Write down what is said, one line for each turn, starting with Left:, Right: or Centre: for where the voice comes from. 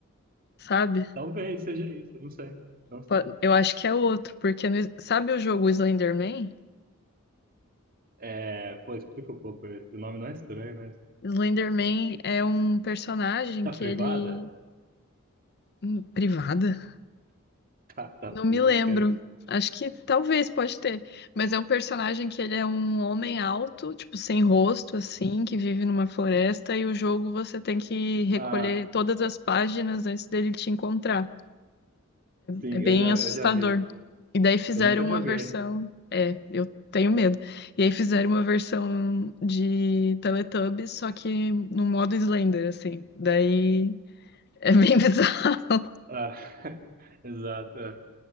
Left: sabe?
Right: Talvez seja isso, eu não sei. Não sei.
Left: Po- Eu acho que é outro, porque no- Is- sabe o jogo Slenderman?
Right: É, pô, explica um pouco. Esse nome não é estranho, mas.
Left: Slenderman é um personagem
Right: Tá
Left: que
Right: privada?
Left: ele
Right: <laughs>
Left: hum, privada?
Right: Tá, tá,
Left: Não
Right: pula,
Left: me lembro.
Right: esquece isso.
Left: Acho que talvez pode ter, mas é um personagem que ele é um homem alto, tipo sem rosto assim, que vive numa floresta e o jogo você tem que recolher
Right: Ah,
Left: todas as páginas antes dele te encontrar.
Right: sim,
Left: É bem
Right: eu já,
Left: assustador.
Right: eu já vi.
Left: E daí fizeram
Right: Eu nunca
Left: uma
Right: joguei.
Left: versão. É, eu tenho medo. E aí fizeram uma versão de Teletubbies, só que no modo Slender, assim. Daí é bem <laughs> bizarro.
Right: Ah, <laughs> exato. é.